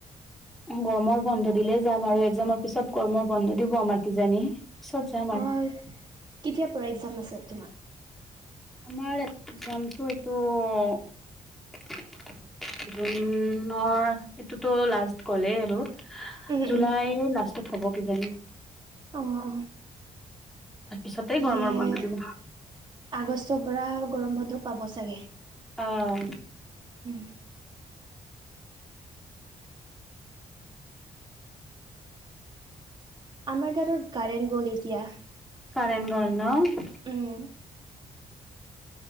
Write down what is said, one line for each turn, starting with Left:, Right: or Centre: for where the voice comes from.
Centre: গৰমৰ বন্ধ দিলে যাম আৰু এক্সামৰ পিছত গৰমৰ বন্ধ দিব আমাৰ কিজানি পিছত যাম আৰু।
Right: অ কেতিয়াৰ পৰা এক্সাম আছে তোমা?
Centre: আমাৰ এক্সাম টো এইটো- জুনৰ এইটোতো লাষ্ট গ'লেই আৰু।
Right: উম
Centre: জুলাই
Right: উম
Centre: লাষ্টত হ'ব কিজানি?
Right: অঁহ অঁহ'
Centre: তাৰ পিছতে
Right: এনেই
Centre: গৰমৰ বন্ধ দিব
Right: আগষ্টৰ পৰা গৰম বন্ধ পাব চাগে।
Centre: অ'
Right: উম' আমাৰ তাতো কাৰেণ্ট গ'ল এতিয়া।
Centre: কাৰেণ্ট গ'ল ন।
Right: উম